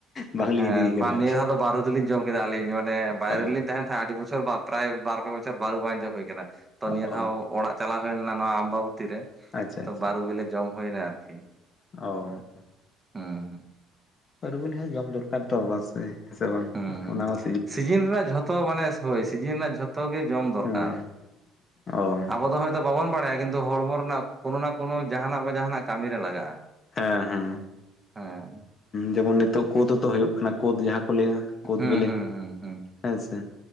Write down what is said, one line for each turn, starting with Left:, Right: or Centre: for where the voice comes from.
Left: ᱵᱟᱝᱞᱤᱧ
Right: ᱦᱮᱸ
Left: ᱤᱫᱤ ᱠᱟᱫᱟ
Right: ᱵᱟᱝ
Left: ᱟᱨᱠᱤ
Right: ᱱᱤᱭᱟᱹ ᱫᱷᱟᱣ ᱫᱚ ᱵᱟᱨᱩ ᱫᱚᱞᱤᱧ ᱡᱚᱢ ᱠᱮᱫᱟ ᱟᱹᱞᱤᱧ ᱢᱟᱱᱮ ᱵᱟᱭᱨᱮ
Left: ᱚ
Right: ᱨᱮᱞᱤᱧ ᱛᱟᱦᱮᱱ ᱛᱟᱦᱮᱸᱫ ᱟᱹᱰᱤ ᱢᱚ ᱪᱷᱚ ᱵᱟᱯᱨᱟᱭ ᱵᱟᱨ ᱯᱮ ᱵᱚᱪᱷᱚᱨ ᱵᱟᱨᱩ ᱵᱟᱝ ᱡᱚᱢ ᱦᱩᱭ ᱟᱠᱟᱱᱟ ᱛᱚ
Left: ᱚ
Right: ᱱᱤᱭᱟᱹ ᱚᱲᱟᱜ ᱪᱟᱞᱟᱣ ᱦᱩᱭ ᱞᱮᱱᱟ ᱱᱚᱣᱟ ᱟᱢᱵᱟᱵᱚᱛᱤ ᱨᱮ
Left: ᱟᱪᱪᱷᱟ
Right: ᱛᱚ
Left: ᱟᱪᱪᱷᱟ
Right: ᱵᱟᱨᱩ ᱵᱤᱞᱮ ᱡᱚᱢ ᱦᱩᱭᱱᱟ ᱟᱨᱠᱤ
Left: ᱚ
Right: ᱦᱮᱸ ᱦᱮᱸᱜ
Left: ᱟᱨ ᱵᱤᱱ ᱦᱚᱸ ᱡᱚᱢ ᱫᱚᱨᱠᱟᱨ ᱛᱚ ᱵᱟᱥ ᱮᱸ ᱦᱮᱸ ᱥᱮ ᱵᱟᱝ
Right: ᱦᱮᱸ
Left: ᱚᱱᱟ ᱦᱚᱸ
Right: ᱥᱤᱡᱤᱱ ᱨᱮᱱᱟᱜ ᱡᱷᱚᱛᱚ ᱢᱟᱱᱮ ᱦᱳᱭ ᱥᱤᱡᱤᱱ ᱨᱮᱱᱟᱜ ᱡᱷᱚᱛᱚ ᱜᱮ ᱡᱚᱢ ᱫᱚᱨᱠᱟᱨ
Left: ᱦᱮᱸ ᱚ
Right: ᱟᱵᱚ ᱫᱚ ᱦᱚᱭᱛᱳ ᱵᱟᱵᱚᱱ ᱵᱟᱲᱟᱭᱟ, ᱠᱤᱱᱛᱩ ᱦᱚᱲᱢᱚ ᱨᱮᱱᱟᱜ ᱠᱳᱱᱳ ᱱᱟ ᱠᱳᱱᱳ ᱡᱟᱦᱟᱸᱱᱟᱜ ᱵᱟ ᱡᱟᱦᱟᱸᱱᱟᱜ ᱠᱟᱹᱢᱤ ᱨᱮ ᱞᱟᱜᱟᱜᱼᱟ᱾
Left: ᱦᱮᱸ ᱦᱮᱸ
Right: ᱦᱮᱸ
Left: ᱡᱮᱢᱚᱱ ᱱᱤᱛᱚᱜ ᱠᱳᱫᱽ ᱦᱚᱸᱛᱚ ᱦᱩᱭᱩᱜ ᱠᱟᱱᱟ ᱠᱳᱫ ᱡᱟᱦᱟᱸ ᱠᱚ ᱞᱟᱹᱭᱟ, ᱠᱳᱫ
Right: ᱦᱩᱸ
Left: ᱵᱮᱞᱮ
Right: ᱦᱩᱸ ᱦᱩᱸ ᱦᱩᱸ
Left: ᱦᱮᱸᱥᱮ?